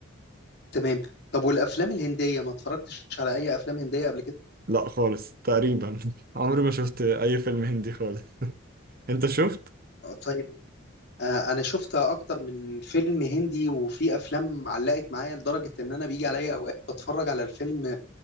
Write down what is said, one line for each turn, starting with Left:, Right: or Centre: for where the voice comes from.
Left: تمام طب والافلام الهنديه ما اتفرجتش على اي افلام هنديه قبل كده
Right: لا خالص تقريبا <laughs> عمري ما شفت أي فيلم هندي خالص أنت شفت؟
Left: آه، طيب آه انا شفت اكتر من فيلم هندي وفي افلام علقت معايا لدرجه ان انا بيجي عليا اوقات بتفرج على الفيلم